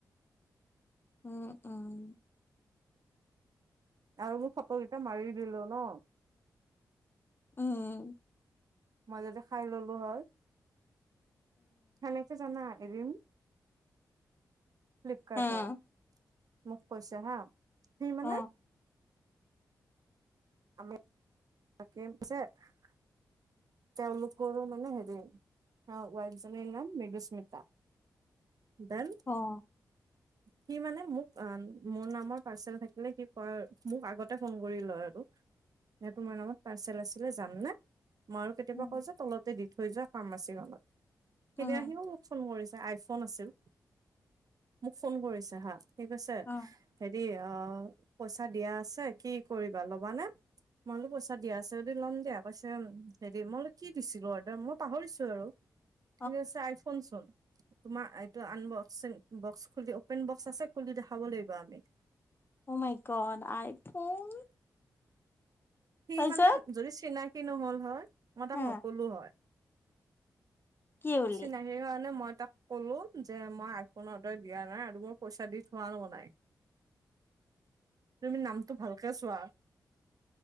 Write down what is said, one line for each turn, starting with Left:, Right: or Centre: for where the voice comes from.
Left: উম উম
Right: আৰু মোৰ ফটকেইটা মাৰি দিলো ন
Left: উম
Right: মই যদি খাই ললো হয় সেনেকে জানা এৰিম ফ্লিপকাৰ্টত
Left: উম
Right: মোক কৈছে হা সি মানে
Left: অ
Right: আমি বাকীম চে <unintelligible> তেওঁলোকৰ মানে হেৰি ৱাইফ জনীৰ নাম মিদুস্মিতা ডন
Left: অ'
Right: সি মানে মোক অ' মোৰ নামৰ পাৰ্চেল থাকিলে সি ক মোক আগতে ফোন কৰি লয় আৰু নে তোমাৰ নামত পাৰ্চেল আছিলে যাম নে মইো কেতিয়াবা
Left: উম
Right: কওঁ যে, তলতে দি থৈ যোৱা ফাৰ্মাচীখনত
Left: উম
Right: সেইদিনা আহিও মোক ফোন কৰিছে, আইফোন আছিল মোক ফোন কৰিছে হা সি কৈছে
Left: অ
Right: হেৰি অ', পইচা দিয়া আছে, কি কৰিবা ল'বানে? মই বোলো পইচা দিয়া আছে যদি ল'ম দিয়া। কৈছে, হেৰি। মই বোলো কি দিছিলো অৰ্ডাৰ, মই পাহৰিছোঁ আৰু
Left: উ <inaudible>
Right: সি কৈছে, আইফোন চোন তোমাৰ এইটো আনবক্সিং, বক্স খুলি অপেন বক্স আছে খুলি দেখাব লাগিব আমি।
Left: অ', মাই গত আইফোন।
Right: সি
Left: তাৰপিছত
Right: মানে যদি চিনাকি নহ'ল হয়, মই তাক
Left: হা
Right: নকলো হয়।
Left: কি বুলি
Right: চিনাকি সেই কাৰণে মই তাক ক'লো যে মই আইফোন অৰ্ডাৰ দিয়া নাই আৰু মই পইচা দি থোৱাও নাই।
Left: <inaudible>
Right: তুমি নামটো ভালকে চোৱা।